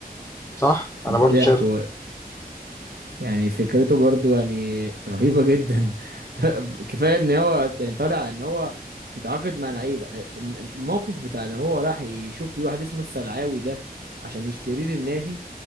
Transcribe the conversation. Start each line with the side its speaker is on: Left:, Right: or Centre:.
Left: صح؟
Right: في
Left: أنا
Right: الضحك
Left: برضو شايف
Right: و... يعني فكرته برضو يعني رهيبة جدا <laughs> كفاية إن هو يعني طالع إن هو بيتعاقد مع لعيبة آه، إن- الموقف بتاع إن هو راح يشوف في واحد اسمه السلعاوي ده عشان يشتريه للنادي